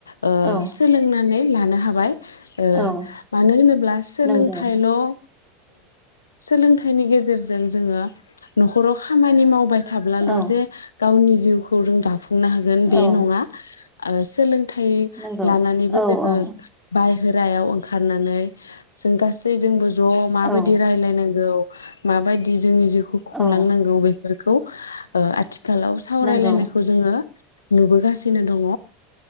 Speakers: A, on the left; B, in the centre.
A: ओ
B: औ
A: सोलोंनानै ला नो हाबाय। ओ
B: औ
A: मानो होनोब्ला सो सोलोंथाइल'
B: नंगौ
A: ओ सोलोंथाइनि गेजेरजों जोङो नखराव खामानि मावबाय थाब्लाल'
B: औ
A: जे गावनि जिउखौ रों दाफुं नो हागोन बे
B: औ
A: नङा। ओ सोलों थाइ
B: नंगौ
A: लानानैबो
B: औ
A: जोङो
B: औ
A: बाय हेरायाव ओंखारनानै जों गासैजोंबो ज' माबायदि
B: औ
A: रायलायनांगौ माबायदि जोंनि जिउखौ खुंलांनांगौ
B: औ
A: बे फोरखौ ओ आथि खालाव सावरायलायनायखौ
B: नंगौ
A: जोङो नुबोगासिनो दङ।'